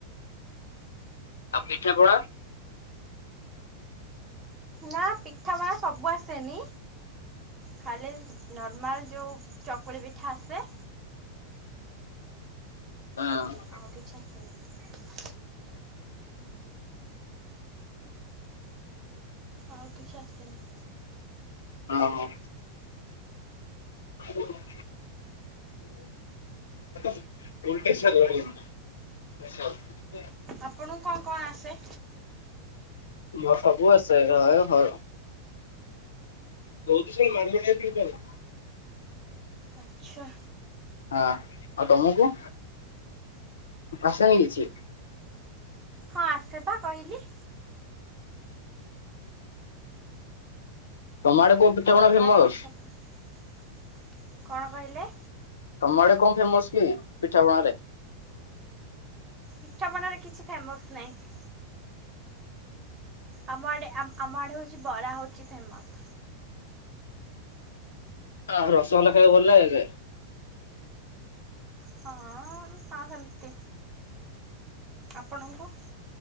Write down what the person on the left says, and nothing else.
ଆଉ ପିଠେ ପଣା?
ହଁ
ଅ ହଁ। <inaudible> ମୁଁ ଜ ଗତ ଭୁବନେଶ୍ୱରରେ ରହିଲିଣି।
ମୋତେ ସବୁ ଆସେ ହଁ ରୁ ହଁ। ଦଉ କି ସେଇ ମରିବେଣି ଏତିକି ପରେ।
ହଁ ଆଉ ତମକୁ? ଆସେନି କିଛି।
ତମ ଆଡେ କୋଉ ପିଠା ପଣା
ଫେମସ
ତମ ଆଡେ କଣ ଫେମସ କି ପିଠାପଣାରେ?
ହଁ ରସଗୋଲା ଖାଇବାକୁ ଭଲ ଲାଗିଥାଏ?